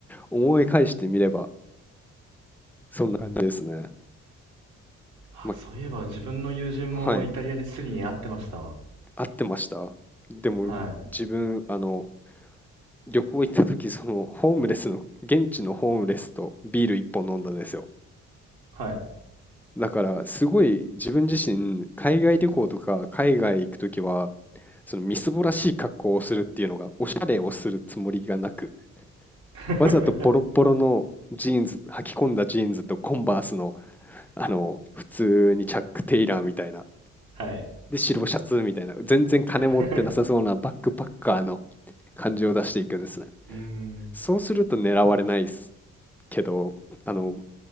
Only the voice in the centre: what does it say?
思い返してみればそんな感じですね。
ま、はい、合ってました。でも、
自分、あの、旅行行った時、その、ホームレスの、現地のホームレスとビール一本飲んだんですよ。
だから、すごい自分自身、海外旅行とか海外行く時は、そのみすぼらしい格好をするっていうのが、おしゃれをするつもりがなく、
わざとボロッボロのジーンズ、履き込んだジーンズとコンバースの、あの、普通にチャック・テイラーみたいな、
で、白シャツみたいな、全然金持ってなさそうなバックパッカーの
感じを出していくんですね。
そうすると狙われないですけど、あの、